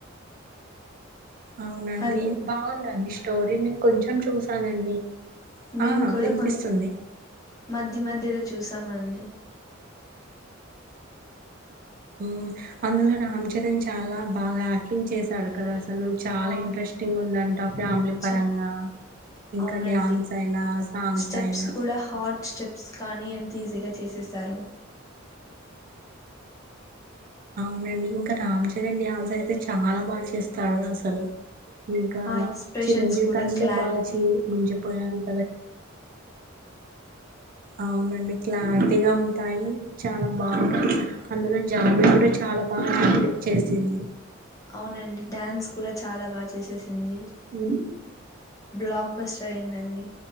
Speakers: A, on the right (about 45°); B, on the left (about 15°).
A: అవునండి
B: హలో
A: బాగుందండి స్టోరీ నేను కొంచెం చూసానండి
B: మేము
A: ఆ
B: కూడా
A: వినిపిస్తుంది
B: కొంచం మధ్య మధ్యలో చూస్ తమండి
A: మ్మ్ అందులో రామ్ చరణ్ చాలా బాగా లింగ్ చేసాడు కదా అసలు చాలా
B: ఆ
A: ఇంట్రెస్టింగ్ ఉందంట ఫ్యామిలీ
B: చ
A: పరంగా ఇంకా
B: అవునండి
A: డ్యాన్స్ అయినా సాంగ్స్
B: స్టెప్స్
A: అయినా
B: కూడా హార్డ్ స్టెప్స్ కానీ ఎంత్ ఈజీగా చేసేసారు
A: అవునండి ఇంకా రామ్ చరణ్ డ్యాన్సయితే చాలా బాగా చేస్తడు అసలు ఇంకా
B: ఆ ఎక్స్ప్రెషన్స్
A: చిరంజీవి
B: కూడా
A: కంటే
B: క్లారిటీ
A: బాగా చి ముంచిపోయాను అవునండి క్లారిటీగా ఉంటాయి చాలా బాగుంటది
B: ఆ
A: అందులో జాన్వీ కూడా చాలా బాగా యాక్టింగ్ చేసింది
B: అవునండి డ్యాన్స్ కూడా చాలా బాగ చేసేసింది
A: ఉమ్,
B: బ్లాక్ బస్టర్ అయిందండి